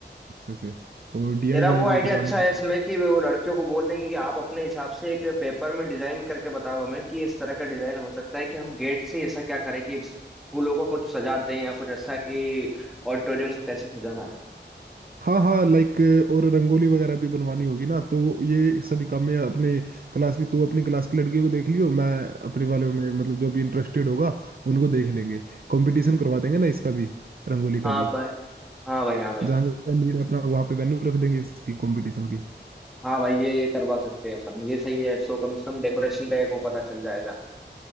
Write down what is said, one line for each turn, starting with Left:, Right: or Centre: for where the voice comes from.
Right: अच्छे से और डीआईवाई
Centre: तेरा वो आइडिया
Right: भी करवानी
Centre: अच्छा है इसमें
Right: है।
Centre: कि वो लड़कियों को बोल देंगे कि आप अपने हिसाब से एक पेपर में डिजाइन करके बताओ हमें कि इस तरह का डिजाइन हो सकता है कि हम गेट से ऐसा क्या करें कि फूलों को कुछ सजा दें या कुछ ऐसा कि ऑडिटोरियम को कैसे सजाना है
Right: हाँ हाँ लाइक और रंगोली वगैरह भी बनवानी होगी ना तो ये सभी काम में अपने क्लास की तू अपनी क्लास की लड़कियों को देख लियो मैं अपने वालों में मतलब जो भी इंटरेस्टेड होगा उनको देख लेंगे कंपटीशन करवा देंगे ना इसका भी रंगोली का
Centre: हाँ
Right: भी
Centre: भाई हाँ भाई हाँ भाई
Right: जहाँ जहाँ नीड है अपना वहाँ पे वेन्यू रख देंगे इसकी कंपटीशन की
Centre: हाँ भाई ये ये करवा सकते हैं अपन ये सही है तो कम से कम डेकोरेशन का एक वो पता चल जाएगा